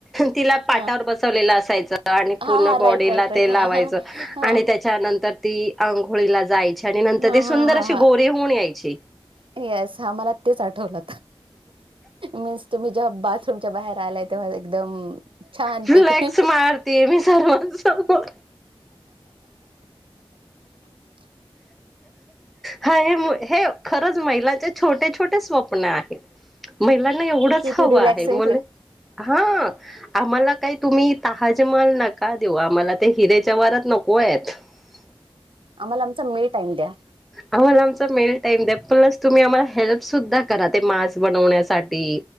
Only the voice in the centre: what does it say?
तिला पा
टावर बसवलेलं असायच आणि
पूर्ण
बॉडीला
ते
लावायच
आणि त्याच्यानंतर ती अ होळी ला जायचे आणि नंतर
ते
सुंदर
अशी
गोरी होऊन यायचे.
फ्लेक्स
मारते मी सर्वांसमोर
हाय हे म हे खरंच महिलाचे छोटे छोटे स्वप्न आहेत. महिलांना एवढंच
हवं
आहे मुले
हा आम्हाला काही तुम्ही तहाज मल नका देऊ आम्हाला ते हिरेच्या वारात नको आहेत. <unintelligible>
आम्हाला आमचा मेल टाईम द्या प्लस तुम्ही आम्हाला हेल्प सुद्धा करा मास बनवण्यासाठी